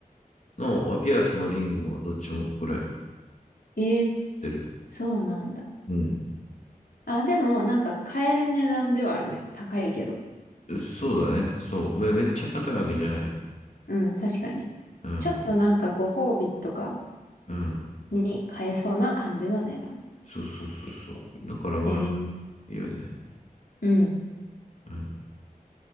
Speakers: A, on the left; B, on the left.
A: の、まあピアスもリングもどっちもこれ
B: えー、
A: 出る。
B: そうなんだ。
A: うん。
B: あ、でも、なんか買える値段ではあるね。高いけど。
A: そうだね。そう。めめっちゃ高いわけじゃない。
B: うん、確かに。
A: うん。
B: ちょっとなんかご褒美とか
A: うん。
B: に買えそうな感じの値段。
A: そうそうそうそう。だから悪くないよね。
B: えー、うん、
A: うん。